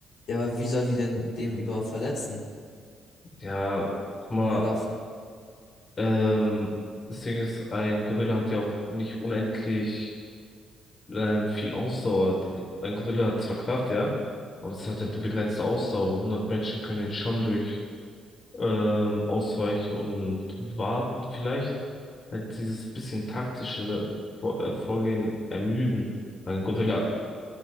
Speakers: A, on the left; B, on the left.
A: Ja, aber wie sollen die denn dem überhaupt verletzen?
B: Ja, guck mal,
A: Ohne Waffen.
B: ähm, das Ding ist, ein Gorilla hat ja auch nicht unendlich ähm, viel Ausdauer. Ein Gorilla hat zwar Kraft, ja, aber es hat halt eine begrenzte Ausdauer. hundert Menschen können ihn schon durch ähm, ausweichen und warten vielleicht. Halt dieses bisschen taktische Vor äh, Vorgehen ermüden. Weil ein Gorilla,